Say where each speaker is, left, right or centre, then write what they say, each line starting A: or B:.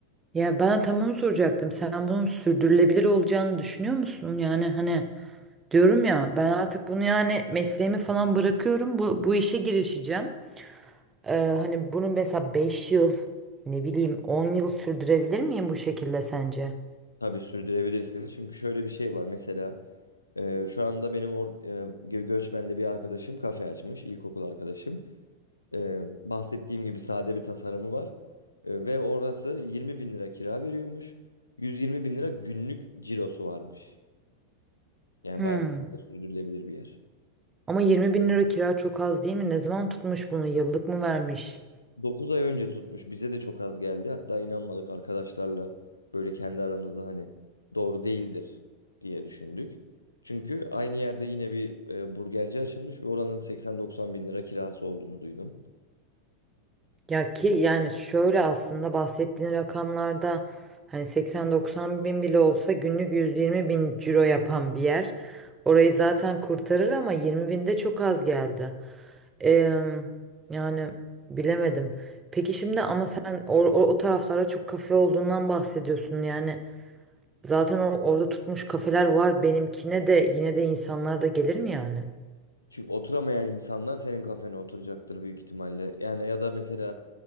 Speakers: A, on the right; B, on the left.
A: ya ben tam onu soracaktım. Sen bunun sürdürülebilir olacağını düşünüyor musun? Yani hani Diyorum ya ben artık bunu yani mesleğimi falan bırakıyorum bu, bu işe girişeceğim. Ee, hani bunu mesela beş yıl ne bileyim 10 yıl sürdürebilir miyim bu şekilde sence?
B: Tabii sürdürebilirsin. Çünkü şöyle bir şey var. Mesela e, şu anda benim or e, Gö- Göçmen'de bir arkadaşım kafe açmış, ilkokul arkadaşım. Ee, bahsettiğim gibi sade bir tasarımı var. Ee, ve orası 20 bin lira kira veriyormuş. 120 bin lira günlük cirosu varmış. Yani
A: Hmm.
B: bayağı da sürdürülebilir bir yer.
A: Ama yirmi bin lira kira çok az değil mi? Ne zaman tutmuş bunu? Yıllık mı vermiş?
B: 9 ay önce tutmuş. Bize de çok az geldi. Hatta inanmadık arkadaşlarla böyle kendi aramızda hani doğru değildir diye düşündük. Çünkü aynı yerde yine bir e, burgerci açılmış ve oranın 80-90 bin lira kirası olduğunu duydum.
A: Ya ki yani şöyle aslında bahsettiğin rakamlarda hani 80-90 bin bile olsa günlük 120 bin ciro yapan bir yer. Orayı zaten kurtarır ama 20 bin de çok az geldi. Eee, yani bilemedim. Peki şimdi ama sen o, o, o taraflara çok kafe olduğundan bahsediyorsun yani. Zaten o- orada tutmuş kafeler var benimkine de yine de insanlar da gelir mi yani?
B: Çünkü oturamayan insanlar senin kafene oturacaktır büyük ihtimalle. Yani ya da mesela